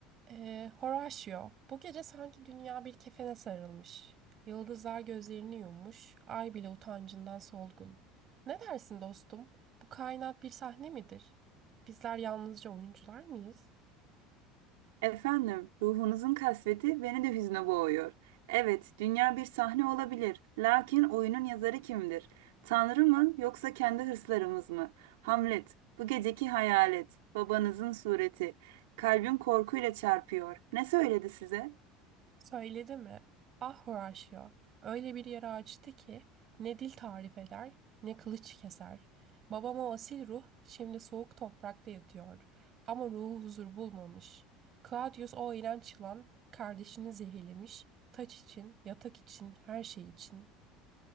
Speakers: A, on the right; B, on the right.
A: Ee, Horatio, bu gece sanki dünya bir kefene sarılmış. Yıldızlar gözlerini yummuş, ay bile utancından solgun. Ne dersin dostum? Bu kainat bir sahne midir? Bizler yalnızca oyuncular mıyız?
B: Efendim, ruhunuzun kasveti beni de hüzne boğuyor. Evet, dünya bir sahne olabilir. Lakin oyunun yazarı kimdir? Tanrı mı yoksa kendi hırslarımız mı? Hamlet, bu geceki hayalet, babanızın sureti. Kalbim korkuyla çarpıyor. Ne söyledi size?
A: Söyledi mi? Ah Horatio, öyle bir yara açtı ki ne dil tarif eder ne kılıç keser. Babam o asil ruh şimdi soğuk toprakta yatıyor ama ruhu huzur bulmamış. Claudius o iğrenç yılan kardeşini zehirlemiş, taç için, yatak için, her şey için.